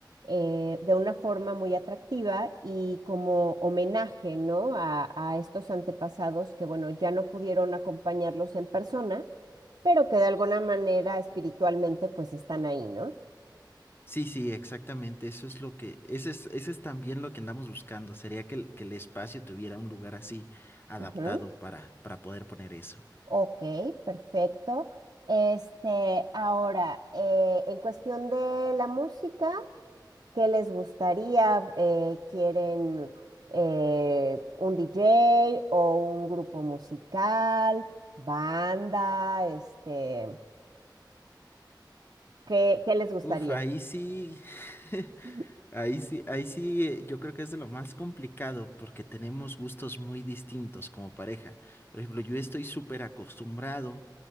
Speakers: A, on the right; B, on the left.
A: eh, de una forma muy atractiva y como homenaje, ¿no? A, a estos antepasados que, bueno, ya no pudieron acompañarlos en persona, pero que de alguna manera espiritualmente pues están ahí, ¿no?
B: Sí, sí, exactamente, eso es lo que, ese es, ese es también lo que andamos buscando, sería que el, que el espacio tuviera un lugar así adaptado
A: Ujú.
B: para, para poder poner eso.
A: Ok, perfecto. Este, ahora, eh, en cuestión de la música. qué les gustaría, eh, quieren eh, un DJ o un grupo musical, banda, este, ¿qué, qué les gustaría?
B: Uf, ahí sí, <laughs>
A: Ujú,
B: Ahí sí, ahí sí, eh, yo creo que es de lo más complicado porque tenemos gustos muy distintos como pareja. Por ejemplo, yo estoy súper acostumbrado